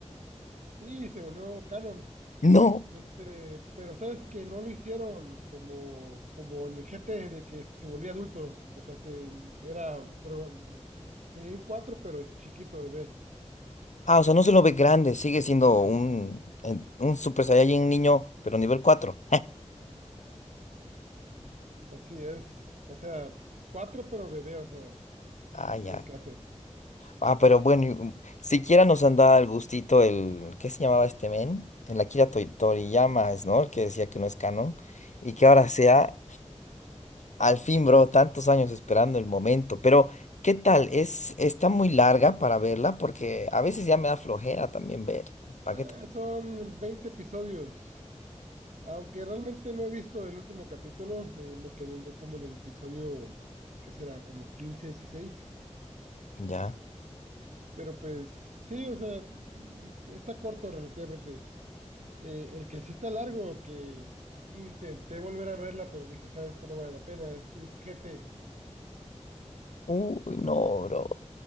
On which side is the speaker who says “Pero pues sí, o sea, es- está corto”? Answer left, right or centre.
Right